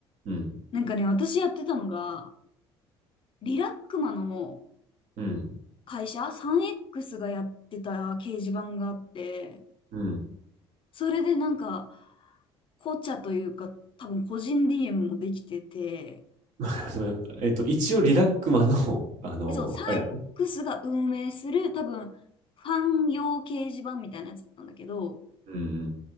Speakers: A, on the right (about 65°); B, on the left (about 40°).
A: うん。
B: なんかね、私やってたのが、リラックマの
A: うん。
B: 会社、3X がやってた掲示板があって、
A: うん。
B: それでなんか、紅茶というか、多分個人 DM もできてて、
A: <laughs> でえっと、一応リラックマの、<laughs> あの、
B: でそう、3X
A: あれやんね。
B: が運営する多分、ファン用掲示板みたいなやつだったんだけど、
A: うん。